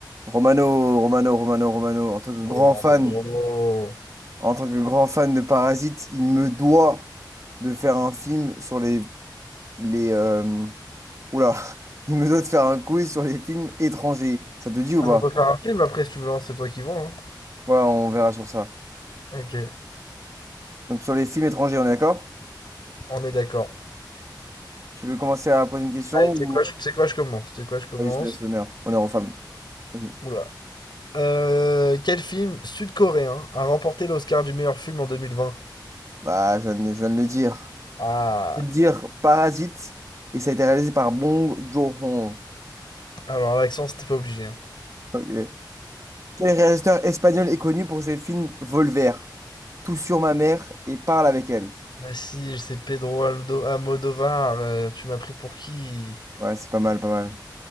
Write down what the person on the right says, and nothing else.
Romano, Romano, Romano, Romano, en tant que
grand fan, en tant que grand fan de Parasite, il me doit de faire un film sur les, les euh, oula, <laughs> il me doit de faire un quiz sur les films étrangers. Ça te dit ou
pas?
Ouais, on verra sur ça.
Donc sur les films étrangers, on est d'accord?
Tu veux commencer à poser une question
ou...
Vas-y, je te laisse l'honneur. Honneur aux femmes. Vas-y.
Bah, je viens de, je viens de le dire.
Je peux te dire Parasite et ça a été réalisé par Bong Joon-ho.
Ok. Quel réalisateur espagnol est connu pour ses films Volver, Tout sur ma mère et Parle avec elle?
Ouais, c'est pas mal, pas mal.